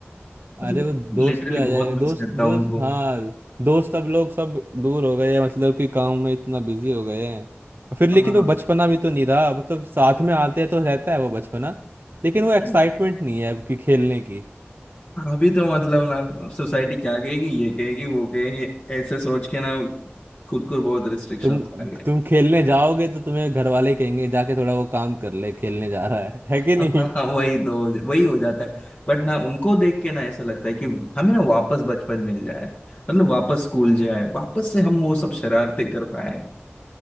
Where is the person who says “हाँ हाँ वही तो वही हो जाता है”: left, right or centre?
Left